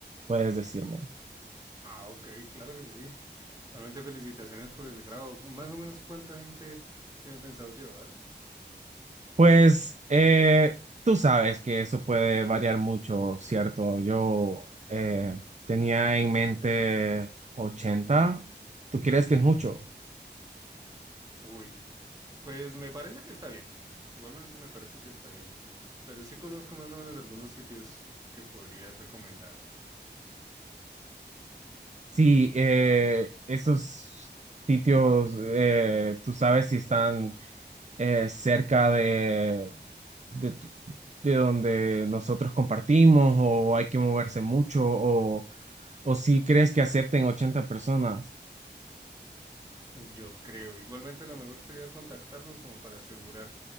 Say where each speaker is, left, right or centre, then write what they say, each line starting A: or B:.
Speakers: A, on the right; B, on the right.
A: puedes decirme.
B: Ah, ok, claro que sí, sí. Igualmente felicitaciones por el grado. Más o menos cuánta gente tiene pensado llevar.
A: Pues eh, tú sabes que eso puede variar mucho, ¿cierto? Yo eh, tenía en mente 80. ¿Tú crees que es mucho?
B: Uy, pues me parece que está bien. Igualmente me parece que está bien. Pero sí conozco más o menos algunos sitios que podrías recomendar.
A: Sí, eh, esos sitios, eh, tú sabes si están eh, cerca de, de, tu- de donde nosotros compartimos o hay que moverse mucho o, o si crees que acepten 80 personas.
B: Yo creo. Igualmente lo mejor sería contactarnos como para asegurar.